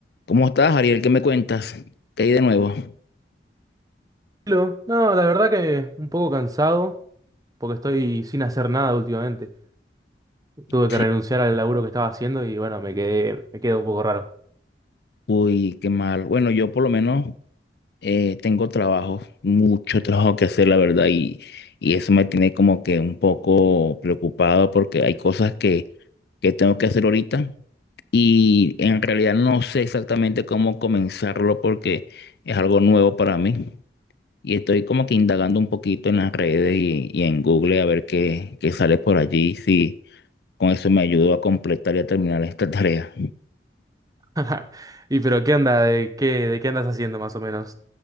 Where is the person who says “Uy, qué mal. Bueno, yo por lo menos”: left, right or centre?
Left